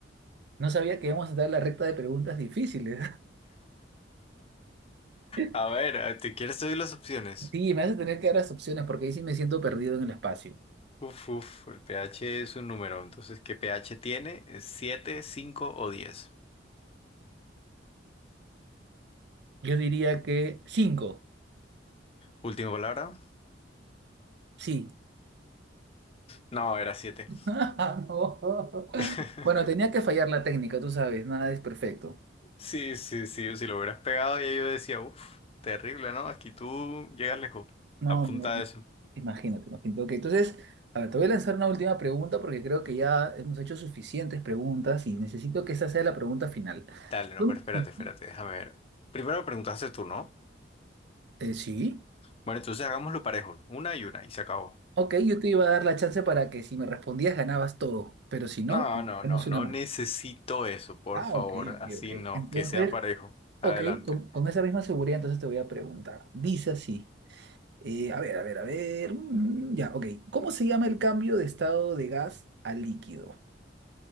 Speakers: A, on the right; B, on the left.
A: No sabía que íbamos a dar la recta de preguntas difíciles. <laughs>
B: A ver, eh, ¿te quieres te doy las opciones?
A: Sí, me hace tener que dar las opciones porque ahí sí me siento perdido en el espacio.
B: Uf, uf, el pH es un número, entonces, ¿qué pH tiene? ¿Es Siete, 5 o diez.
A: Yo diría que cinco.
B: Última palabra.
A: Sí.
B: No, era 7.
A: <laughs> No.
B: <laughs>
A: Bueno, tenía que fallar la técnica, tú sabes, nada es perfecto.
B: Sí, sí, sí, si lo hubieras pegado ya yo decía, uff, terrible, ¿no? Aquí tú llegas lejos.
A: No,
B: Apunta
A: no, no.
B: a eso.
A: imagínate, imagínate. Ok, entonces, a ver, te voy a lanzar una última pregunta porque creo que ya hemos hecho suficientes preguntas y necesito que esa sea la pregunta final.
B: Dale,
A: Si tú-
B: no, pero espérate,
A: si tú-
B: espérate, déjame ver. Primero preguntaste tú, ¿no?
A: eh, sí,
B: Bueno, entonces hagámoslo parejo, una y una, y se acabó.
A: ok, yo te iba a dar la chance para que si me respondías ganabas todo, pero si no,
B: No, no,
A: tenemos
B: no, no
A: una más.
B: necesito eso, por
A: Ah,
B: favor,
A: ok, ok,
B: así
A: ok.
B: no,
A: Entonces,
B: que sea parejo.
A: ok,
B: Adelante.
A: con, con esa misma seguridad entonces te voy a preguntar. Dice así. Eh, a ver, a ver, a ver. mm, ya, ok. ¿Cómo se llama el cambio de estado de gas a líquido?